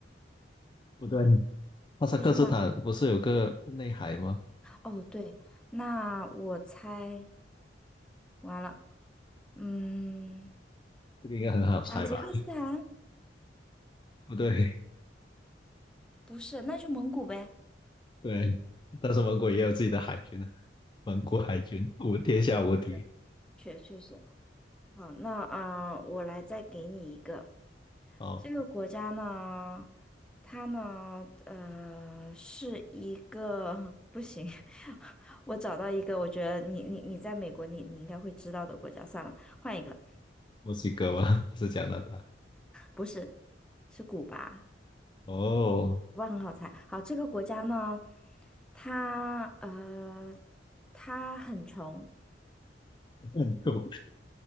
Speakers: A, on the left; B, in the centre.
A: 不对，哈萨克斯坦不是有个内海吗？
B: 不是吗？哦，对，那我猜完了，嗯，
A: 这个应该很好猜吧？
B: 塔吉克斯坦
A: 不对，
B: 不是，那就蒙古呗。
A: 对，但是蒙古也有自己的海军啊，蒙古海军无天下无敌。
B: 对对，确确实。好，那啊，呃我来再给你一个。
A: 好，
B: 这个国家呢，它呢，呃，是一个 <laughs> 不行，<laughs> 我找到一个，我觉得你你你在美国你，你应该会知道的国家，算了，换一个，
A: 墨西哥吗？不是加拿大。
B: 不是，是古巴，
A: 哦，
B: 古巴很好猜。好，这个国家呢，它呃，它很穷，
A: 印度